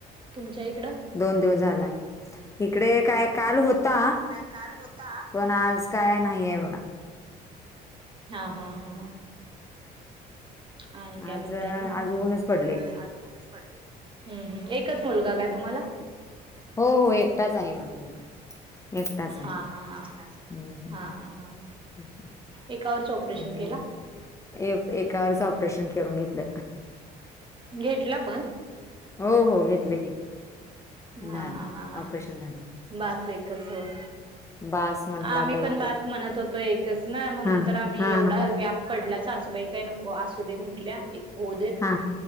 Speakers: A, on the right (about 30°); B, on the left (about 15°).
A: तुमच्या इकड
B: दोन दिवस झाला, इकडे काय काल होता.
A: काल होता
B: पण आज काय नाही आहे बघा.
A: हा हा हा हा आणि काय
B: आज
A: म्हणताय
B: अ,
A: मग.
B: आज ऊनच पडले.
A: आज उणच पडलय. हम्म हम्म एकच मुलगा काय तुम्हाला?
B: हो हो एकटाच आहे मला मुलगा. एकटाच
A: हा
B: आहे‌.
A: हा हा
B: हम्म हम्म
A: हा हा हा एकावरच ऑपरेशन
B: आणि
A: केला.
B: काय एकावरच ऑपरेशन करून घेतल.
A: घेतला पण
B: हो हो घेतल की.
A: हा
B: झाल
A: हा हा हा
B: ऑपरेशन झाल.
A: बास एकच होय‌.
B: बास म्हंटलं
A: आम्ही
B: आता एकच
A: पण बास म्हणत होतो एकच ना म्हणून
B: हा
A: तर मी
B: हा
A: एवढा गॅप पडला सासूबाई काय नको आसू देे म्हंटल्या एक होदेत.
B: हा